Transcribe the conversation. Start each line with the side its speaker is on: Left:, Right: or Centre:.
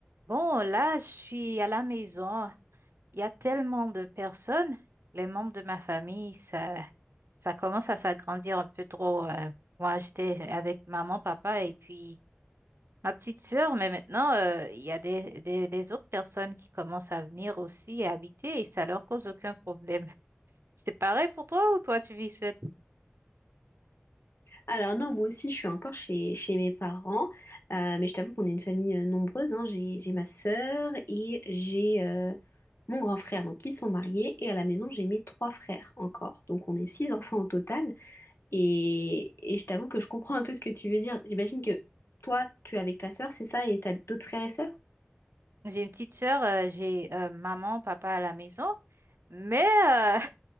Right: Bon, là, je suis à la maison. Il y a tellement de personnes. Les membres de ma famille, ça, ça commence à s'agrandir un peu trop. euh. moi, j'étais avec maman, papa et puis ma petite sœur, mais maintenant, euh, il y a des, des, des autres personnes qui commencent à venir aussi et habiter et ça leur cause aucun problème. <laughs> C'est pareil pour toi ou toi, tu vis seule?
Left: Alors non, moi aussi, je suis encore chez, chez mes parents, euh, mais je t'avoue qu'on est une famille euh, nombreuse, hein. J'ai, j'ai ma sœur et j'ai euh, mon grand frère, donc qui sont mariés, et à la maison, j'ai mes trois frères encore. Donc on est six enfants au total, et, et je t'avoue que je comprends un peu ce que tu veux dire. J'imagine que toi, tu es avec ta sœur, c'est ça, et t'as d'autres frères et sœurs?
Right: J'ai une petite sœur, euh, j'ai euh, maman, papa à la maison, mais euh,